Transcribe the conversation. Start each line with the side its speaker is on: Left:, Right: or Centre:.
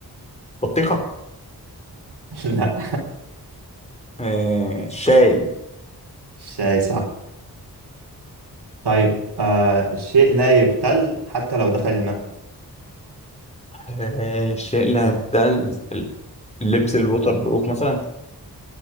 Left: بطيخة
Right: <laughs> لا
Left: آه الشاي
Right: شيء صح طيب آه الشيء لا يبتل حتى لو دخل الماء
Left: آه الشاي لا بتاع ال- اللبس الوتر بروف مثلا